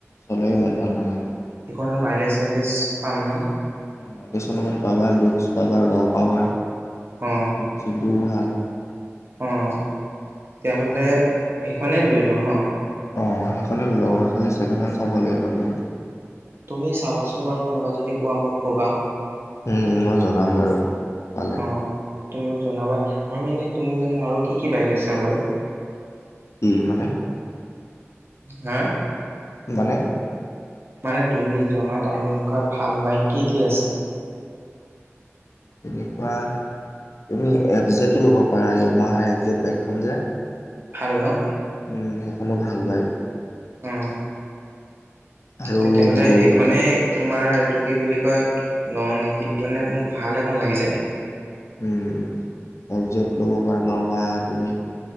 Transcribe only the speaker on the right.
সিখনৰ মাইলেজ চাইলেজ পাম ন
অ
অঁ তেতিয়া হ'লে সেইখনেই লৈ লওঁ ন।
তুমি চাবাচোন বাৰু কোনোবা যদি পোৱা মোক কবা।
অ তুমি মোক জনাবা আৰু এনে তুমি যে আৰু কি কি বাইক আছে বাৰু
হে
মানে তুমি জনাত আৰু এনেকুৱা ভাল বাইক কি কি আছে?
ভাল ন!
উম।
তেতিয়াহ'লে
সেইখনেই তোমাৰ এইটো কি বুলি কয় লওঁ নেকি, মানে মোক ভাল এখন লাগি যায়।